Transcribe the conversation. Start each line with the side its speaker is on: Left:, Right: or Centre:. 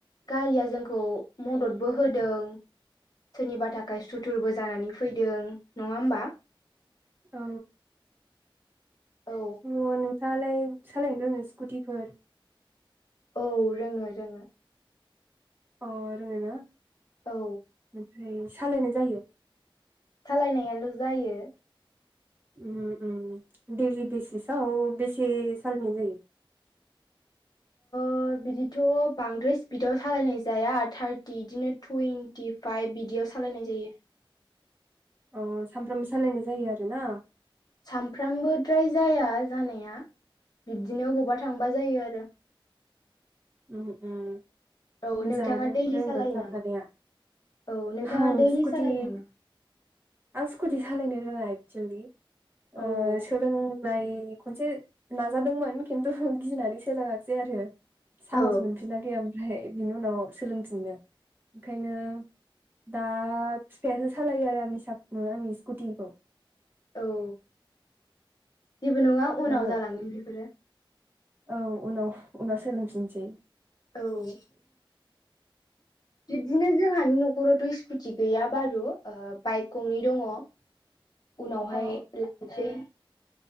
Left: गारिया जोंखौ मददबो होदों। सोरनिबा थाखाय सुथुरबो जानानै फैदों नङा होमबा?
Right: औ
Left: औ
Right: दङ नोंथाङालाय सालायनो रोङो स्कुटिफोर?
Left: औ रोङो रोङो।
Right: औ रोङोना?
Left: औ
Right: ओमफ्राय सालायनाय जायो?
Left: सालायनायाल' जायो
Right: उम उम दैलि बेसिसआव बेसे सालायनाय जायो? <inaudible>
Left: ओ बिदिथ' बांद्राय स्पिडाव सालायनाय जाया थार्टि बिदिनो टुइन्टि फाइभ बिदि बेयाव सालायनाय जायो।
Right: अ सानफ्रामबो सालायनाय जायो आरोना?
Left: सानफ्रामबोद्राय जाया जानाया बिब्दिनो बबावबा थांबा जायो आरो।
Right: उम उम
Left: औ
Right: मोजाङानो
Left: नोंथाङा दैलि
Right: रोंनानै
Left: सालायो
Right: थाखानाया।
Left: नामा औ नोंथाङा
Right: उम
Left: दैलि
Right: सकुटि
Left: सालायो नामा
Right: आं सकुटि सा सालायनो रोङा एक्सुेलि ओ
Left: औ
Right: सोलों नाय खनसे नाजादोंमोन खिन्थु गिनानै सोलोङाखिसै आरो। साहस
Left: औ
Right: मोनफिना गैया ओमफ्राय बिनि उनाव सोलोंफिननो ओंखायनो दा फिफायासो सालायो आरो आंनि सा आंनि स्कुटिखौ।
Left: औ जेबो नङा उनाव
Right: ओ
Left: जालांगोन बेफोरो।
Right: औ उनाव उनाव सोलोंफिनसै।
Left: औ बिब्दिनो जोंहानि न'खरावथ' स्कुटि गैया बारु ओ बाइक गंनै दङ।
Right: <inaudible>
Left: उनावहाय
Right: अ
Left: लानोसै।